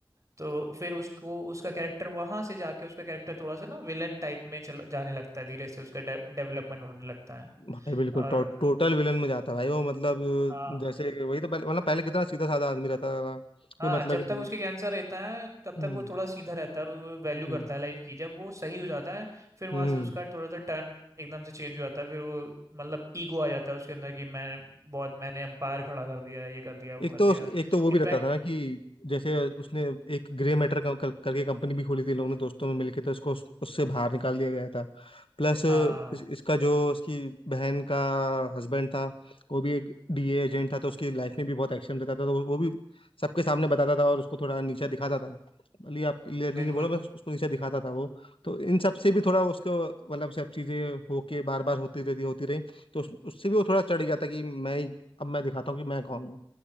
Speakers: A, on the right; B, on the left.
A: तो फिर उसको उसका कैरेक्टर वहां से जाके उसका कैरेक्टर थोड़ा सा ना विलन टाइप में चल जाने लगता है धीरे से उसका डेवलपमेंट होने लगता है
B: भाई बिल्कुल
A: और
B: टो, टोटल विलन में जाता है भाई वो मतलब
A: हाँ
B: अ, जैसे वही तो पहले मतलब पहले कितना सीधा साधा आदमी रहता था
A: हाँ
B: कोई मतलब
A: जब
B: ही नहीं
A: तक उसके
B: है।
A: कैंसर रहता है तब
B: हम्म
A: तक वो थोड़ा सीधा रहता है वो वैल्यू
B: हम्म
A: करता है लाइफ की जब वो सही हो जाता है फिर वहां
B: हम्म
A: से उसका थोड़ा सा टर्न एकदम से चेंज हो जाता है फिर वो मतलब ईगो आ जाता है उसके अंदर कि मैं बहुत मैंने एम्पायर खड़ा कर दिया है, ये कर दिया वो
B: एक
A: कर
B: तो
A: दिया
B: उस, एक तो वो भी
A: इनफैक्ट
B: रहता था ना कि जैसे उसने एक ग्रे मैटर कर, कर, करके कंपनी भी खोली थी लोगों ने दोस्तों में मिलके तो इसको उस, उससे बाहर निकाल दिया गया था प्लस इस,
A: हाँ
B: इसका जो इसकी बहन का हस्बैंड था वो भी एक डीए एजेंट था तो उसकी लाइफ में भी बहुत एक्शन रहता था तो वो, वो भी सबके सामने बताता था और उसको थोड़ा नीचा दिखाता था भले ही आप क्लियरली
A: बिल्कुल
B: नहीं बोला बस उसको नीचा दिखाता था वो तो इन सब से भी थोड़ा उसको मतलब सब चीज़ें होके बार बार होती रहती होती रही तो उस, उससे भी वो थोड़ा चढ़ गया था कि मैं ही- अब मैं दिखाता हूँ कि मैं कौन हूँ